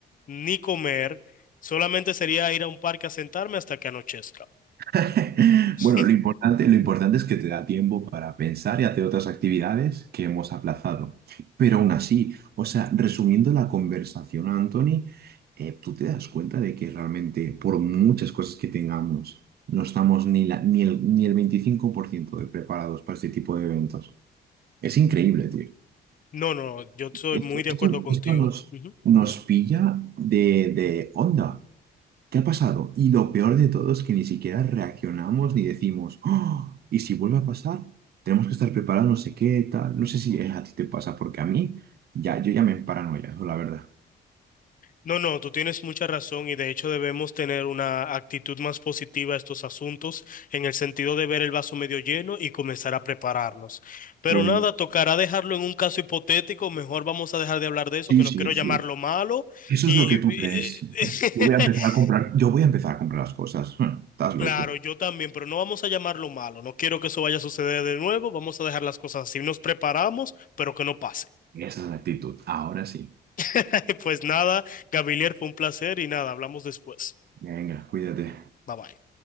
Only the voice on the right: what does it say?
<laughs>
Bueno, lo importante, lo importante es que te da tiempo para pensar y hacer otras actividades que hemos aplazado. Pero aún así, o sea, resumiendo la conversación, Anthony, eh, tú te das cuenta de que realmente por muchas cosas que tengamos, no estamos ni, la- ni el, ni el 25% de preparados para este tipo de eventos. Es increíble, tío.
Esto,
esto,
esto nos,
nos pilla de, de onda. ¿Qué ha pasado? Y lo peor de todo es que ni siquiera reaccionamos ni decimos, "Oh, ¿y si vuelve a pasar? Tenemos que estar preparados, no sé qué, tal. No sé si a ti te pasa, porque a mí ya, yo ya me emparanoia, la verdad.
Pues
sí,
sí,
sí.
Eso
es lo que
tú crees. Yo voy a empezar a comprar, yo voy a empezar a comprar las cosas. <laughs> Estás
loco.
Esa es la actitud. Ahora sí.
Venga, cuídate.